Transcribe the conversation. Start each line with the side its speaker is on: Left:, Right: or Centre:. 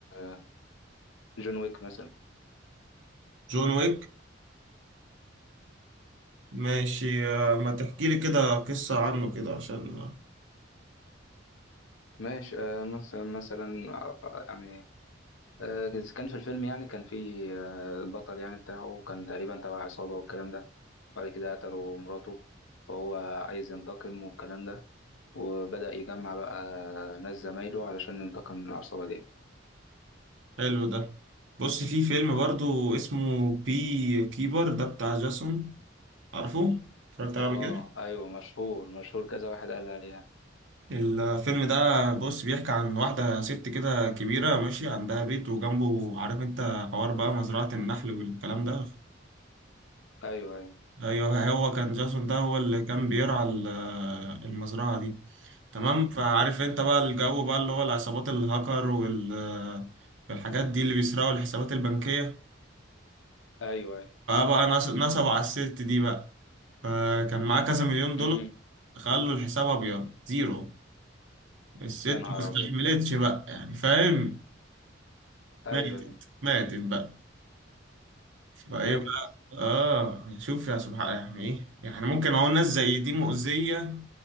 Left: آه، جون ويك مثلا
Right: جون ويك ماشي آه، ما تحكي لي كده قصة عنه كده عشان
Left: ماشي آه، مثلا مثلا آه، يعني آه، كان في الفيلم يعني كان في آه، البطل يعني بتاعه كان تقريبا تبع عصابة والكلام ده بعد كده قتلوا مراته فهو عايز ينتقم والكلام ده وبدأ يجمع بقى ناس زمايله علشان ينتقم من العصابة دي
Right: حلو ده بص في فيلم برضه اسمه بي كيبر ده بتاع جاسون عارفه اتفرجت عليه
Left: اه
Right: قبل كده
Left: ايوه مشهور مشهور كذا واحد قال لي عليها
Right: الفيلم ده بص بيحكي عن واحدة ست كده كبيرة ماشي عندها بيت وجنبه عارف انت حوار بقى مزرعة النحل والكلام ده
Left: ايوه ايوه
Right: ايوه هو كان جاسون ده هو اللي كان بيرعى ال- آه، المزرعة دي تمام فعارف انت بقى الجو بقى اللي هو العصابات الهاكر وال آه، والحاجات دي اللي بيسرقوا الحسابات البنكية
Left: ايوه ايوه
Right: فبقى نص- نصبوا على الست دي بقى فكان معاه كذا مليون دولار
Left: امم
Right: خلوا الحساب ابيض زيرو الست
Left: يا
Right: ما
Left: نهار
Right: استحملتش
Left: ابيض
Right: بقى يعني فاهم
Left: ايوه
Right: ماتت
Left: ايوه
Right: ماتت بقى فايه
Left: ماتت
Right: بقى اه شوف يا سبحان يعني ايه يعني ممكن اهو ناس زي دي مؤذية